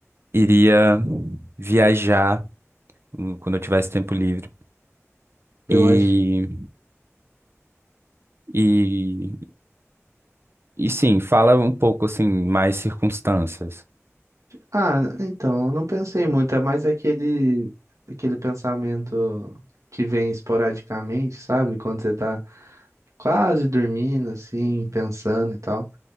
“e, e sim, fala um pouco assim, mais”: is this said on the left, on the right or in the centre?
Right